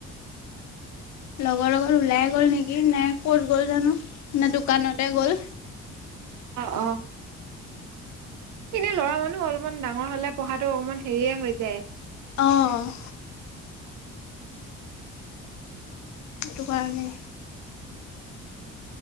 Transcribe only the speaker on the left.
লগৰ লগত ওলাই গ'ল নেকি নে ক'ত গ'ল জানো? নে দোকানতে গ'ল?
অঁ। এইটো কাৰণে।